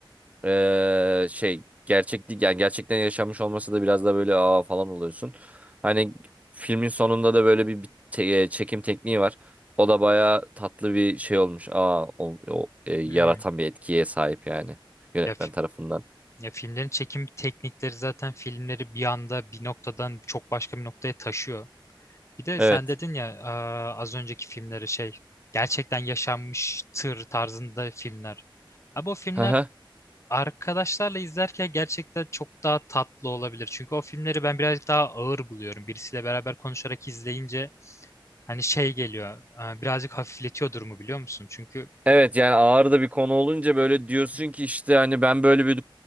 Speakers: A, on the right; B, on the left.
A: ee, şey gerçek değil yani gerçekten yaşanmış olması da biraz da böyle aa falan oluyorsun. Hani filmin sonunda da böyle bir bir te- e, çekim tekniği var. O da bayağı tatlı bir şey olmuş. Aa o, o, e, yaratan
B: Hmm.
A: bir etkiye sahip yani yönetmen
B: Ya
A: tarafından.
B: Ya filmlerin çekim teknikleri zaten filmleri bir anda bir noktadan çok başka bir noktaya taşıyor. Bir de
A: Evet.
B: sen dedin ya e, az önceki filmleri şey gerçekten yaşanmış tır tarzında filmler. Abi o filmler
A: <laughs>
B: arkadaşlarla izlerken gerçekten çok daha tatlı olabilir. Çünkü o filmleri ben birazcık daha ağır buluyorum. Birisiyle beraber konuşarak izleyince hani şey geliyor. e, Birazcık hafifletiyor durumu biliyor musun? Çünkü
A: Evet yani ağır da bir konu olunca böyle diyorsun
B: Hı hı.
A: ki işte hani ben böyle bir